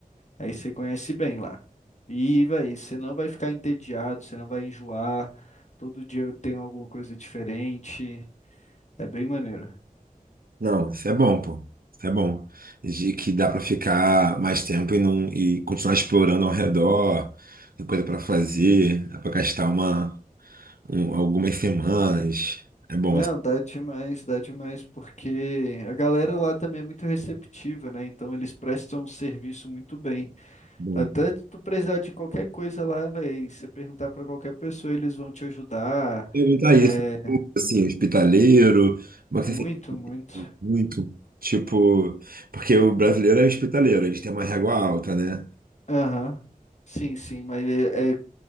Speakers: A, on the left; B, on the right.
A: Aí você conhece bem lá. E, véi, você não vai ficar entediado, você não vai enjoar. Todo dia tem alguma coisa diferente. É bem maneiro.
B: Não, isso é bom, pô. Isso é bom. De que dá pra ficar mais tempo e não e continuar explorando ao redor, tem coisa pra fazer, dá pra gastar uma um- algumas semanas. É bom,
A: Não,
B: é
A: dá demais, dá demais, porque a galera lá também é muito receptiva, né? Então eles prestam um serviço muito bem.
B: bom.
A: Até tu precisar de qualquer coisa lá, velho, você perguntar pra qualquer pessoa, eles vão te ajudar.
B: Perguntar
A: É
B: isso, assim, hospitaleiro, como
A: muito,
B: é que você sente
A: muito.
B: muito? Tipo, porque o brasileiro é hospitaleiro, eles têm uma régua alta, né?
A: Aham. Sim, sim, mas é, é